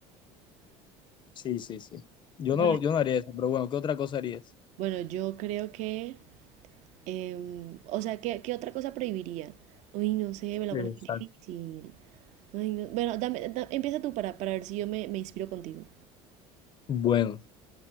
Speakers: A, on the left (about 35°); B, on the right (about 60°).
A: Sí, sí, sí. Yo
B: Bueno,
A: no, yo no haría eso, pero bueno, ¿qué otra cosa harías?
B: bueno, yo creo que Em, o sea, ¿qué, qué otra cosa prohibiría? Uy, no sé, me la
A: Exacto.
B: pones muy difícil. Ay, no- Bueno, dame, da- empieza tú para, para ver si yo me, me inspiro contigo.
A: Bueno,